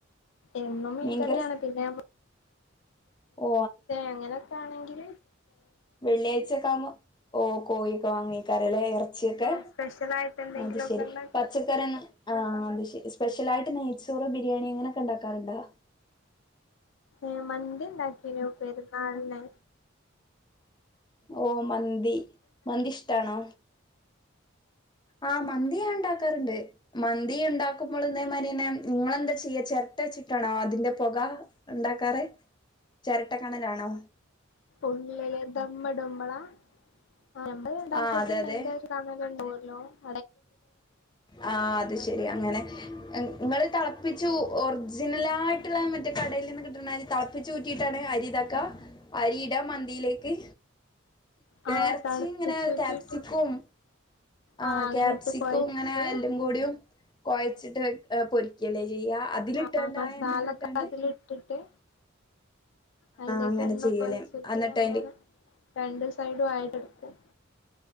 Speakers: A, on the left (about 65°); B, on the left (about 20°).
A: എന്നും മീൻകറിയാണ്
B: മീൻകറി സ്
A: പിന്നെ
B: ഓ
A: അങ്ങനെയൊക്കെ ആണെങ്കിൽ
B: വെള്ളിയാഴ്ച ഒക്കെ ആവുമ്പോ ഓ കോഴിയ ഒക്കെ വാങ്ങിക്കറല്ലേ? ഇറച്ചി ച്ചൊക്കെ
A: ആഹ് സ്പെഷ്യലായിട്ട് എന്തെങ്കിലുമൊക്കെ
B: അത് ശരി
A: ഉണ്ടാക്കും
B: പച്ചക്കറിയൊന്നും ആ അത് ശരി സ്പെഷ്യൽ ആയിട്ട് നെയ്ച്ചോറ് ബിരിയാണി അങ്ങനെയൊക്കെ ഉണ്ടാക്കാറുണ്ടാ?
A: ഏ മന്തി ഉണ്ടാക്കീനു പെരുന്നാളിന്
B: ഓ മന്തി മന്തി ഇഷ്ടാണോ? ആ മന്തിഞാൻ ഉണ്ടാക്കാറുണ്ട് മന്തി ഉണ്ടാക്കുമ്പോൾഇതേ മാതിരി തന്നെ നിങ്ങെന്താ ചെയ്യാച്ചാ ചട്ട വച്ചിട്ടാണോ അതിന്റെ പുക ഉണ്ടാക്കാറ് ചിരട്ട കണലാണോ?
A: ഉള്ളില് ദമ്മടമ്മളാ <unintelligible>
B: ആ അതെ അതെ ആ അത് ശരി അങ്ങനെ നിങ്ങള് തിളപ്പിച്ചു ഊ ഒറിജിനലായിട്ടുള്ള മറ്റേ കടൽ നിന്ന് കിട്ടുന്ന അരി തിളപ്പിച്ചൂറ്റിയിട്ടാണ്. അരിഉണ്ടാക്ക അരി ഇട മന്തിയിലേക്ക്
A: ആഹ്
B: ഇറച്ചി
A: തണുപ്പിച്ചൂറ്റിയിട്ട്
B: ഇങ്ങനെ കാപ്സിക്കും. ആ
A: ആഹ് അങ്ങനെ
B: ക്യാപ്സിക്കും
A: ഇട്ട് കൊഴച്ച്
B: ഇങ്ങനെ എല്ലും കൂടിയും കുഴച്ചിട്ട് പൊരി ക്കില്ലേചെയ്യാ യ്യാ അതിലിട്ട്
A: ആഹ്
B: തന്നെ
A: മസാലൊക്കെ
B: ആ എണ്ണലി ട്ട് തന്നെ
A: അതിലിട്ടിട്ട് അതിലേക്ക്
B: അങ്ങനെ
A: എണ്ണൊക്കെ
B: ചെയ്യലേ
A: ഒഴി ച്ചിട്ട്
B: എന്നിട്ട്
A: അങ്ങനെ
B: അതിന്റെ
A: അങ്ങനെ രണ്ടു സൈഡും ആയിടെടുക്കും.